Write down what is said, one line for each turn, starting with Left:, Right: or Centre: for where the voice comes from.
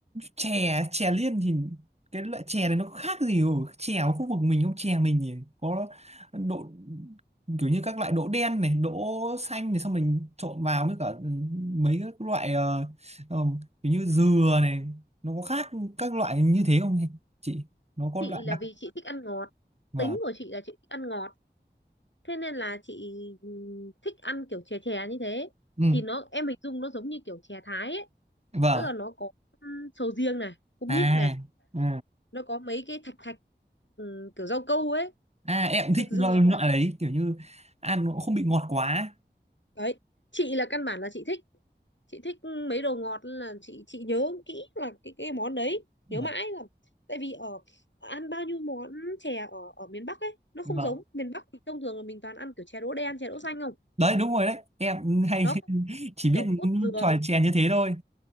Right: chè chè liên thì cái loại chè này nó có khác gì ở chè ở khu vực mình không chè mình thì có độ kiểu như các loại đỗ đen này đỗ xanh này xong mình trộn vào với cả ừ, mấy các loại ờ, ờ, kiểu như dừa này nó có khác các loại như thế không chị nó có
Left: chị
Right: loại đặc
Left: là vì chị thích ăn ngọt
Right: vâng
Left: tính của chị là chị thích ăn ngọt thế nên là chị ừm, thích ăn kiểu chè chè như thế
Right: ừ
Left: thì nó em hình dung nó giống như kiểu chè Thái ấy
Right: vâng
Left: tức là nó có ừm, sầu riêng này có
Right: à
Left: mít này
Right: ừ.
Left: nó có mấy cái thạch thạch ừ, kiểu rau câu ấy
Right: à em cũng
Left: thạch
Right: thích
Left: dừa
Right: loại, loại
Left: ấy
Right: đấy kiểu như ăn nó cũng không bị ngọt quá
Left: đấy chị là căn bản là chị thích chị thích mấy đồ ngọt nên là chị chị nhớ kỹ là cái cái món đấy
Right: vâng
Left: nhớ mãi là tại vì ở ăn bao nhiêu món chè ở ở miền Bắc ấy nó không
Right: vâng
Left: giống miền Bắc thì thông thường là mình toàn ăn kiểu chè đỗ đen chè đỗ xanh không
Right: đấy đúng rồi đấy em hay
Left: nó không
Right: <laughs> chỉ biết
Left: kiểu cốt
Right: những
Left: dừa
Right: trò chè như thế thôi